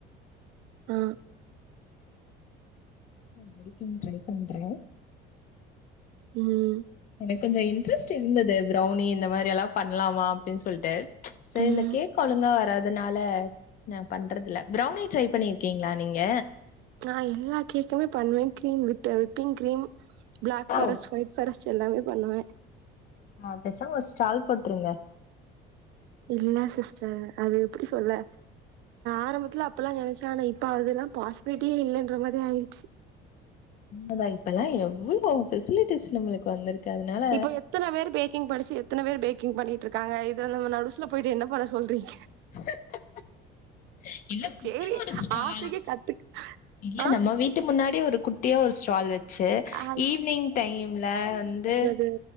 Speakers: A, on the right; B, on the left.
A: ஆ
B: க்க ட்ரை பண்றே
A: ம்
B: எனக்கு கொஞ்சோ இன்ட்ரெஸ்ட் இருந்தது ப்ரௌனி இந்த மாரி எல்லாம் பண்ணலாமா அப்டின்னு சொல்லிட்டு சரி
A: ம்
B: இந்த கேக் ஒழுங்கா வராது னால நா பண்றதுல்ல பிரவுன்னி ட்ரை பண்ணிருக்கீங்களா நீங்க
A: நா எல்லா கேக்குமே பண்ணுவே cream with whipping cream black
B: wow
A: forest white forest எல்லாமே பன்னுவேன்
B: ஒரு பேசாம ஒரு ஸ்டால் போட்டுருங்க
A: இல்ல சிஸ்டர் அது எப்டி சொல்ல ஆரம்பத்துல அப்பல்லா நெனைச்சே ஆனா இப்ப அதுல்லா பாசிபிலிட்டியே இல்லண்ற மாரி ஆயிச்சி
B: அதா இப்பெல்லாம் எவ்வளவு பெசிலிட்டிஸ் நம்மளுக்கு வந்திருக்கு அதனால
A: இப்போ எத்தன பேர் பேக் க்கிங் படிச்ச எத்தன பேர் பேக்கிங் பண்ணிட்டு இருக்காங்க இதுல நம்ம நடுஷ்ல போயிட்டு என்ன பண்ண சொல்றீங்க
B: <inaudible> இல்ல குட்டியா
A: சேரி
B: ஒரு ஸ்டால்
A: ஆசைக்கு கத்து
B: இல்ல
A: ஆ
B: நம்ம வீட்டு முன்னாடி ஒரு குட் ட்டியா ஒரு ஸ்டால் வச்சு
A: அ
B: ஈவினிங் டைம்ல வந்து
A: ந்து